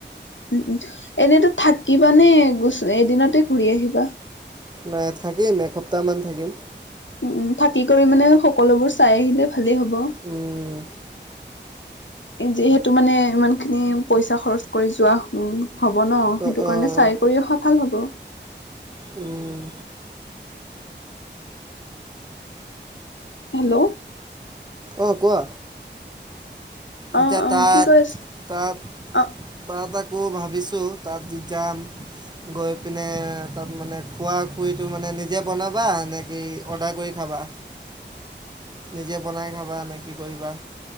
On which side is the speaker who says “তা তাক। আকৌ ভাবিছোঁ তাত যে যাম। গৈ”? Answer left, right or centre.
Right